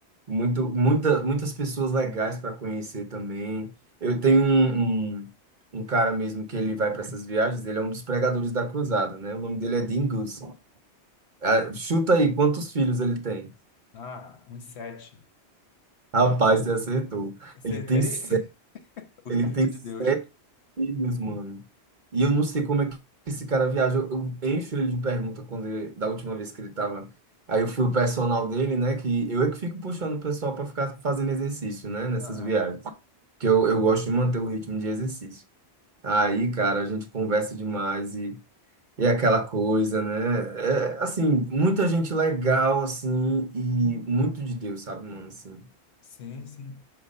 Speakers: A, on the right; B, on the left.
A: muito, muita, muitas pessoas legais para conhecer também. Eu tenho um, um, um cara mesmo que ele vai para essas viagens, ele é um dos pregadores da cruzada, né? O nome dele
B: Uhum.
A: é Dingus. Ah, chuta aí, quantos filhos ele tem?
B: Ah, uns sete.
A: Rapaz, você acertou.
B: Acertei?
A: Ele tem sete,
B: <laughs> O
A: ele
B: Espírito
A: tem
B: de
A: sete
B: Deus.
A: filhos, mano. E eu não sei como é que esse cara viaja. Eu, eu encho ele de pergunta quando ele- da última vez que ele tava. Aí eu fui o personal dele, né? Que eu é que fico puxando o pessoal para ficar fazendo exercício, né? Nessas
B: Aham.
A: viagens. Que eu, eu gosto de manter o ritmo de exercício. Aí, cara, a gente conversa demais e, e é aquela coisa, né? É, assim, muita gente legal, assim, e muito de Deus, sabe, mano? Assim
B: Sim, sim.